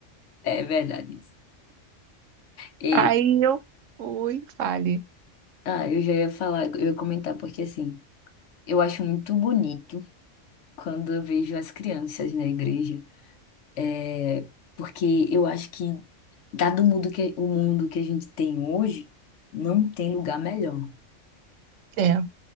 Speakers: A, on the left; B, on the right.
A: É verdade isso. E,
B: Aí eu fui, falei,
A: ah, eu já ia falar, eu ia comentar, porque assim, eu acho muito bonito quando eu vejo as crianças na igreja. É, porque eu acho que, dado o mundo que, o mundo que a gente tem hoje, não tem lugar melhor,
B: é,